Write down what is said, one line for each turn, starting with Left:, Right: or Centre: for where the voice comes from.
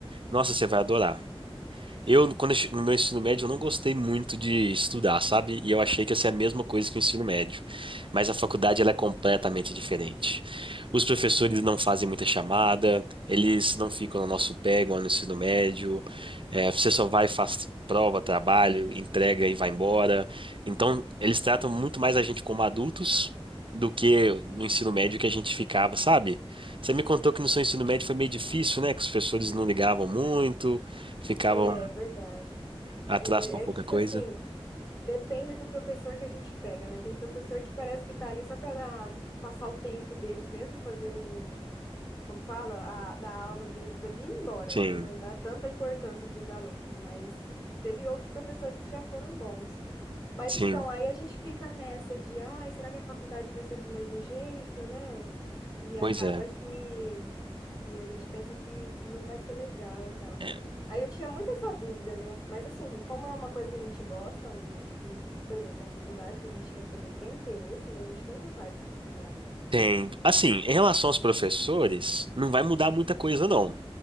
Right: Nossa, você vai adorar. Eu, quando eu che- no meu ensino médio, eu não gostei muito de estudar, sabe? E eu achei que ia ser a mesma coisa que o ensino médio. Mas a faculdade, ela é completamente diferente. Os professores não fazem muita chamada, eles não ficam no nosso pé, igual no ensino médio. É, você só vai, faz prova, trabalho, entrega e vai embora. Então, eles tratam muito mais a gente como adultos do que no ensino médio que a gente ficava, sabe? Você me contou que no seu ensino médio foi meio difícil, né? Que os professores não ligavam muito, ficavam
Left: É, verdade.
Right: Atraso
Left: É,
Right: por
Left: é
Right: pouca
Left: que, tipo
Right: coisa?
Left: assim, depende do professor que a gente pega, né? Tem professor que parece que tá ali só pra dar, passar o tempo deles mesmo, fazer o, como fala, a, da aula deles ali e ir embora,
Right: Sim,
Left: né? Não dá tanta importância para os alunos, mas teve outros professores que já foram bons. Mas
Right: sim.
Left: então, aí a gente fica nessa de, ai, será que a faculdade vai ser do mesmo jeito, né? E
Right: Pois
Left: acaba
Right: é.
Left: que, que a gente pensa que não vai ser legal e tal.
Right: É,
Left: Aí eu tinha muito essa dúvida, né? Mas assim, como é uma coisa que a gente gosta, um, um- por exemplo, a faculdade que a gente quer fazer e tem interesse, né? A gente tem vontade de estudar.
Right: Tem. Assim, em relação aos professores, não vai mudar muita coisa, não.